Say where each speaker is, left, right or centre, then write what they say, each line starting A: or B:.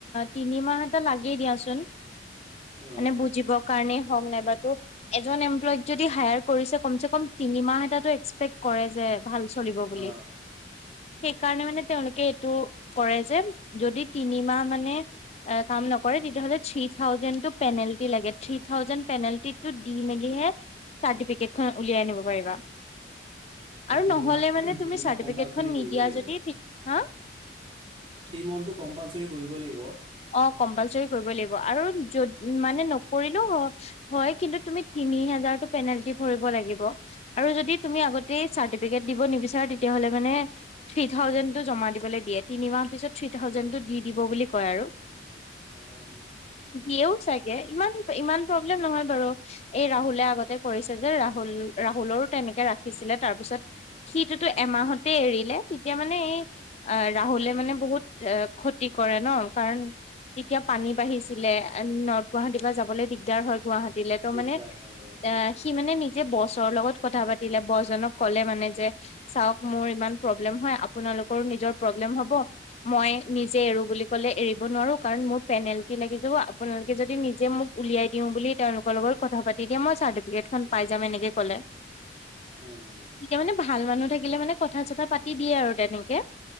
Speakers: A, on the left; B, on the right.
A: তিনিমাহ এটা লাগেই দিয়াচোন।
B: উম
A: মানে বুজিবৰ কাৰণেই হওঁক, নাইবাতো- এজন এমপ্লয়ক যদি হায়াৰ কৰি কম চকম তিনি মাহ এটাতো এক্সপেক্ট কৰে যে, ভালকে- চলিব বুলি।
B: অ
A: সেইকাৰণে মানে তেওঁলোকে এইটো কৰে যে যদি তিনি মাহ মানে- কাম নকৰে, তেতিয়াহ'লে থ্ৰী থাউজেণ্ড- পেনাল্টি লাগে। থি থাউজেণ্ড পেনাল্টিটো দি মেলি'হে- চাৰ্টিফিকেটখন উলিয়াই আনিব পাৰিবা। আৰু
B: অ তিনিমাহ
A: নহ'লে মানে তুমি
B: তিনিমাহ
A: চাৰ্টিফিকেটখন
B: কম্পালচৰি কৰিবই
A: নিদিয়া
B: লাগিব
A: যদি, হাঁ?
B: থ্ৰী মাউন্ট তো কম্পালচৰি কৰিব লাগিব।
A: অঁহ', -কম্পালচৰি কৰিব লাগিব। আৰু যদি মানে নকৰিলেও- হয়, কিন্তু তুমি তিনি হাজাৰটো পেনাল্টি ভৰিব লাগিব। আৰু যদি তুমি আগতেই চাৰ্টিফিকেট দিব নিবিচাৰা তেতিয়া হ'লে মানে থ্ৰী থাউজেণ্ডটো জমা দিবলৈ দিয়ে। তিনিমাহৰ পিছত থ্ৰী থাউজেণ্ড টো দি দিব বুলি কয় আৰু।
B: অঁহ
A: দিয়েও চাগে, ইমান-ইমান প্ৰব্লেম নহয় বাৰু। এই ৰাহুলে আগতে কৰিছে যে ৰাহুল-ৰাহুলৰো তেনেকে ৰাখিছিলে, তাৰপিছত- সিটোতো এমাহতে এৰিলে। তেতিয়া মানে এই আঁহ', ৰাহুলে মানে বহুত ক্ষতি কৰে ন, কাৰণ- তেতিয়া পানী বাঢ়িছিলে নৰ্থ গুৱাহাটীৰ পৰা যাবলৈ দিগদাৰ হয় গুৱাহাটী- দিলে তো
B: দিগদাৰ
A: মানে
B: হয় অ',
A: আঁহ', সি মানে নি- যে বছৰ লগত কথা পাতিলে। বছ জনক ক'লে মানে যে চাওঁক মোৰ ইমান প্ৰব্লেম হয়, আপোনালোকৰো নিজৰ প্ৰব্লেম হ'ব মই নিজে এৰো বুলি ক'লে এৰিব নোৱাৰো কাৰণ মোৰ পেনাল্টি লাগি যাব, আপোনালোকে যদি নিজে মোক উলিয়াই দিওঁ বুলি তেওঁলোকৰ লগত কথা পাতি দিয়ে, মই চাৰ্টিফিকেটখন পাই যাম এনেকে ক'লে।
B: অ'
A: এতিয়া মানে ভাল মানুহ থাকিলে মানে কথা চথা পাতি দিয়ে আৰু তেনেকে।